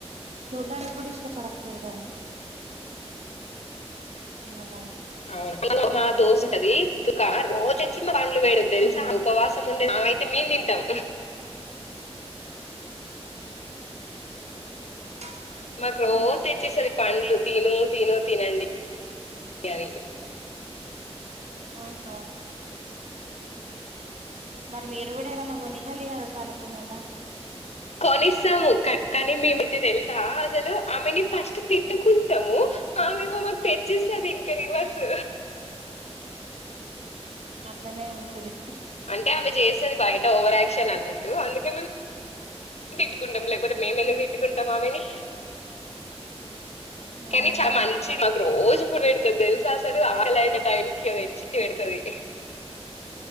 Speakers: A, on the right (about 80°); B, on the left (about 75°).
A: చూడ్డానికి కూడా ఇష్టపడకపోయేదాన్ని అ
B: అవును మా దోశ ఉంటది త క రోజ ఎ పండ్లు వేడదు తెలుసా
A: ఉమ్
B: ఉపవాసం ఉండే అయితే మే తింటాం
A: ఆ
B: మాకు రోజ తెచ్చేసది పండ్లు తిను తిను తినండి బిర్ని
A: ఆహా మరి మీరు కూడా ఏదనా కొనియాలి కదా తనుకు మళ్ళా
B: కొనిస్తాము కా- కానీ మేమయితే తెలుసా అసలు ఆమెని ఫస్ట్ తిట్టుకుంటాము ఆ మేమో మాకు తెచ్చిస్తుంది ఇంకా రివర్స్
A: అట్లనే ఉంటది
B: అంటే ఆమె చేసేది బయట ఓవర్ క్షన్ అన్న అందుకే మేము తిట్టుకుంటాం లేకపోతే మేము ఎందుకు తిట్టుకుంటాం ఆమెని
A: ఉమ్
B: కానీ చాలా మంచి మాకు రోజు పెడుతుది తెలుసాసలు ఆలైన టైంకి అది తెచ్చి పెడతుది